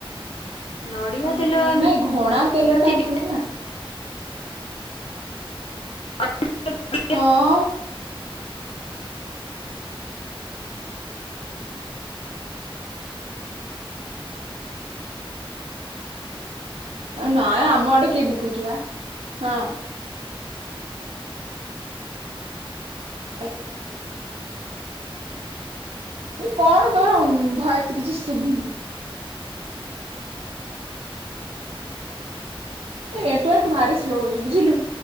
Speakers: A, on the left; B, on the right.
A: ନଡିଆ
B: ଓହୋ
A: ତେଲ
B: ନାଇଁ ଘଣା ତେଲଟା
A: ଏମିତି
B: ଭଲ ନା।
A: <unintelligible>
B: ହଁ। ନାଇଁ ଆମ ଆଡେ କିଏ ବିକୁଛି ବା ହଁ। ହାଲ ମୁଁ କଣ ତୋର ଭୟେସ୍ କିଛି ଶୁଭୁନି। ଏ ନେଟୱାର୍କ ଭାରି ସ୍ଲୋ ହଉଛି ବୁଝିଲୁ।